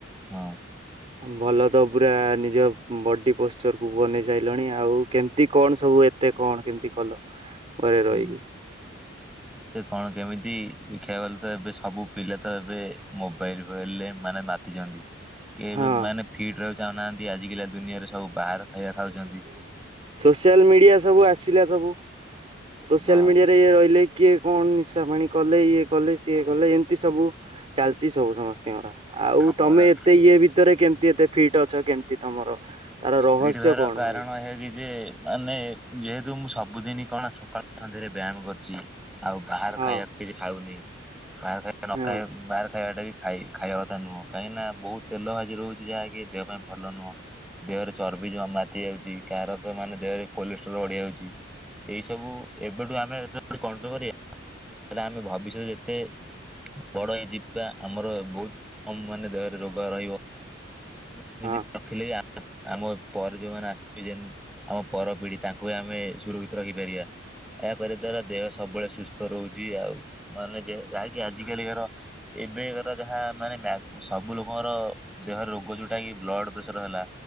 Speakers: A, in the centre; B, on the right (about 30°).
A: ହଁ।
B: <inaudible> ଭଲ ତ ପୁରା ନିଜ ବଡି ପୋଶ୍ଚର୍ କୁ ବନେଇ ସାଇଲଣି ଆଉ କେମ୍ତି କଣ ସବୁ ଏ। ତେ କଣ୍ କେମ୍ତି କଲ? ଘରେ
A: ହୁଁ।
B: <inaudible>
A: ତେ କଣ କେମିତି ଦେଖିଆକୁ ଗଲେ ତ ଏବେ ସବୁ ପିଲା ତ ଏବେ ମୋବାଇଲ୍ ଫୋବାଇଲ୍ ରେ ମାନେ ମା ତିଛନ୍ତି କେ ଏବେ
B: ହଁ
A: ମାନେ ଫିଟ୍ ରହିଆକୁ ଚାହୁଁନାହାନ୍ତି ଆଜିକାଲିଆ ଦୁନିଆରେ ସବୁ ବାହାର ଖାଇଆ ଖାଉଛନ୍ତି।
B: ସୋସିଆଲ୍ ମିଡିଆ ସବୁ ଆସିଲା ସବୁ ସୋସିଆଲ୍
A: ହଁ
B: ମିଡିଆ <unintelligible> ରହିଲେ କିଏ କଁ ନିଶା ପାଣି କଲେ ଇଏ କଲେ ସିଏ କଲେ ଏମ୍ତି ସବୁ। ଚାଲଚି ସବୁ ସମସ୍ତିଙ୍କର ଆଉ
A: ହଁ
B: ତମେ
A: ପରା
B: ଏ ତେ ଇଏ ଭିତରେ କେମ୍ତି ଏତେ ଫିଟ୍ ଅଛ କେମ୍ତି ତମର ତାର ରହସ୍ୟ
A: ଫିଟ୍ ରହିବାର
B: କଣ
A: କାରଣ
B: ଭାଇ
A: ଏହିକି ଯେ ମାନେ ଯେହେତୁ ମୁଁ ସବୁଦିନି କଣ ସକାଳ ସନ୍ଧ୍ୟାରେ ବ୍ୟାୟାମ୍ କରୁଚି ଆଉ ବାହାର
B: ହଁ
A: ଖାଇଆ କିଛି ଖାଉନି ବାହାର୍ ଖାଇଆ ନ
B: ହଁ
A: ଖାଇଆକୁ ବାହାର୍ ଖାଇବା ଟା ବି ଖାଇ ଖାଇବା କଥା ନୁହଁ କାହିଁକିନା ବହୁ ତେଲ <unintelligible> ରହୁଛି ଯାହାକି ଦେହ ପାଇଁ ଭଲ ନୁହଁ। ଦେହରେ ଚର୍ବି ଜ ମାତି ଯାଉଛି କାହାର ତ ମାନେ ଦେହରେ କୋଲେଷ୍ଟ୍ରଲ ବଢି ଯାଉଚି। ଏଇ ସବୁ ଏବେଠୁ ଆମେ <unintelligible> କରିବା ତାହାଲେ ଆମେ ଭବିଷ୍ୟତରେ ଯେତେ ବଡ ହେଇ ଯିବା ଆମର ବହୁତ୍ କମ୍ ମାନେ ଦେହରେ ରୋଗ ରହିବ। <unintelligible>
B: ହଁ
A: ଆମ ପରେ ଯୋଉମାନେ ଆସିବେ ଯେନ୍ ଆମ ପର ପିଢି ତାଙ୍କୁ ଆମେ ସୁରକ୍ଷିତ ରଖି ପାରିବା। ଏହା କରିବା ଦ୍ୱାରା ଦେହ ସବୁବେଳେ ସୁସ୍ଥ୍ ତ ରହୁଛି ଆଉ ମାନେ ଯେ ଯାହାକି ଆଜିି କାଲିକାର ଏବେକାର ଯାହା ମାନେ ମ୍ୟା <unintelligible> ସବୁ ଲୋକଙ୍କର ଦେହ ରୋଗ ଯୋଉଟା କି ବ୍ଲଡ୍ ପ୍ରେସର ହେଲା